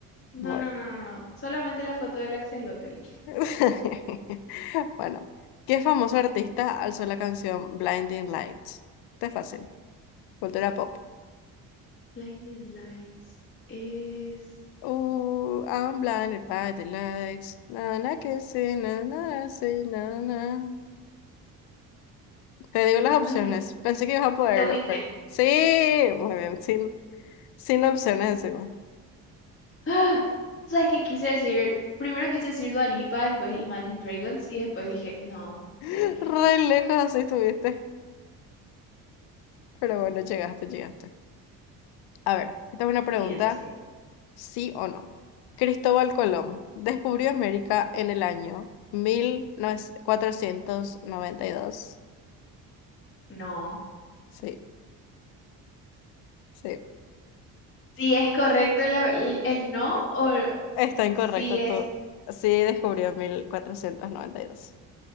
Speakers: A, on the left; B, on the left.
A: No,
B: Bueno.
A: no, no, no, no. Solamente la foto del axolotl.
B: <laughs> Bueno. ¿Qué famoso artista alzó la canción Blinding Lights? Está fácil. Cultura pop.
A: Blinding Lights es...
B: Oh, I'm blind, by the lights. Na, na, que sí, na, na, na, sí, na, na. Te digo las
A: Ay,
B: opciones. Pensé que ibas a poderlo,
A: The Weeknd.
B: pero. Sí, muy bien, sin, sin opciones encima.
A: <gasps> ¡Ah! ¿Sabes qué quise decir? Primero quise decir Dua Lipa, después Imagine Dragons y después dije, no,
B: <laughs>
A: The Weeknd.
B: Re lejos así estuviste. Pero bueno, llegaste, llegaste. A ver, esta es una pregunta,
A: Siguiente, siguiente.
B: sí o no. Cristóbal Colón descubrió América en el año mil cuatrocientos noventa y dos.
A: No.
B: Sí, sí.
A: Si es correcto la- el, el no
B: <laughs>
A: o
B: Está incorrecto
A: si es...
B: todo. Sí, descubrió en 1492.